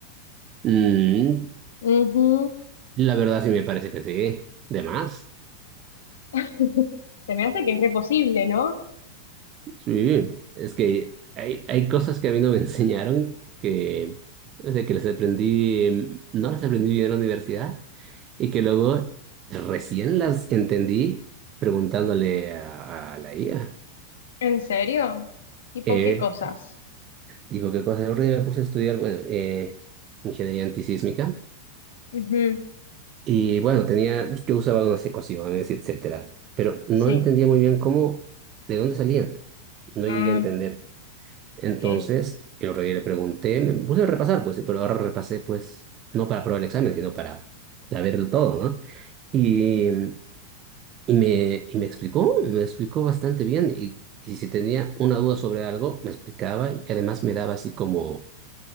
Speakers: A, on the right; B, on the left.
A: Mm,
B: Ujú.
A: la verdad sí me parece que sí, de más.
B: <laughs> Se me hace que es re posible, ¿no?
A: Sí, es que hay, hay cosas que a mí no me <laughs> enseñaron que, o sea, que las aprendí, em, no las aprendí bien en la universidad y que luego recién las entendí preguntándole a, a la IA.
B: ¿En serio? ¿Tipo
A: Eh,
B: qué cosas?
A: digo, ¿qué cosa? Yo me puse a estudiar, bueno, eh, ingeniería antisísmica.
B: Ujú.
A: Y bueno, tenía, pues, yo usaba unas ecuaciones, etcétera, pero no
B: Sí.
A: entendía muy bien cómo, de dónde salían. No
B: Mm,
A: llegué a entender. Entonces,
B: ok.
A: el otro día le pregunté, me puse a repasar, pues, pero ahora repasé, pues, no para probar el examen, sino para saberlo todo, ¿no? Y, y me, y me explicó, me explicó bastante bien. Y, y si tenía una duda sobre algo, me explicaba y además me daba así como,